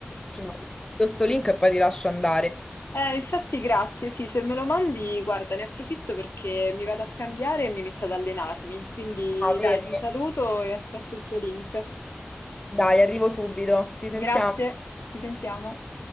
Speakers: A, on the left; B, on the left.
A: ti mando questo link e poi ti lascio andare.
B: Eh, infatti grazie, sì, se me lo mandi, guarda, ne approfitto perché mi vado a cambiare e mi metto ad allenarmi. Quindi
A: Ah, vedi?
B: dai, ti saluto e aspetto il tuo link.
A: Dai, arrivo subito. Ci sentiamo.
B: Grazie, ci sentiamo.